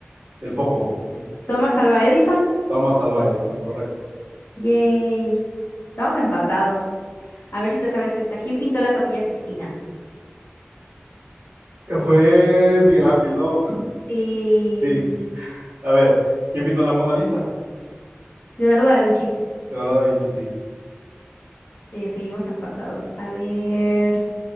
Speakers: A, on the right; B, on the left.
A: El foco.
B: Thomas Alva Edison.
A: Toma salva eso, correcto.
B: Yay, estamos empatados. A ver si te sabes esta. ¿Quién pintó la Capilla Sixtina?
A: Eh, Fue Miguel Ángel, ¿no? <laughs>
B: Sí,
A: Sí. A ver, ¿quién pintó la Mona Lisa?
B: Leonardo da Vinci.
A: Leonardo da Vinci, sí.
B: Eh, seguimos empatados. A ver,